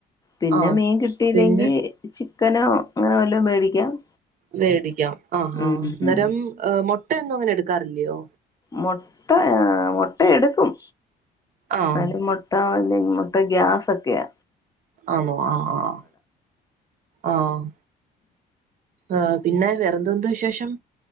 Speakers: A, on the left; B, on the right.
A: പിന്നെ
B: ആഹ്
A: മീൻ കിട്ടിയില്ലെങ്കി-
B: പിൻ
A: ചിക്കനോ അങ്ങന വല്ലോം മേടിക്കാം-
B: മേടിക്കാം ആഹാ
A: ഉം
B: അന്നേരം
A: ഉം
B: മൊട്ടയൊന്നും അങ്ങനെ എടുക്കാറില്ലയോ?
A: മൊട്ട മൊട്ട എടുക്കും
B: ആഹ്
A: അല്ലേൽ മൊ <inaudible> മുട്ട ഗ്യാസൊക്കെയ.
B: ആന്നോ ആഹ് ആഹ് ആഹ്- ആഹ് പിന്നെ വെറെന്തുണ്ട് വിശേഷം?